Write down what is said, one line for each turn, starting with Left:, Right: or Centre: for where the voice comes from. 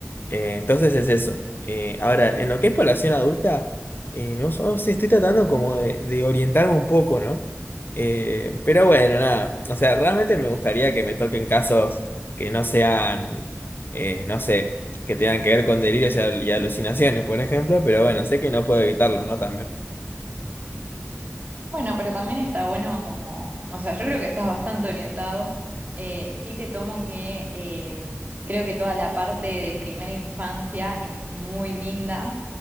Left: Eh, entonces es eso. Eh, ahora, en lo que es población adulta, eh, no, so- no sé, estoy tratando como de, de orientarme un poco, ¿no? Eh, pero bueno, nada. O sea, realmente me gustaría que me toquen casos que no sean, eh, no sé, que tengan que ver con delirios y, al- y alucinaciones, por ejemplo, pero bueno, sé que no puedo evitarlo, ¿no? También.
Right: Bueno, pero también está bueno como, o sea, yo creo que estás bastante orientado. Eh, sí te tomo que eh, creo que toda la parte de primera infancia es muy linda,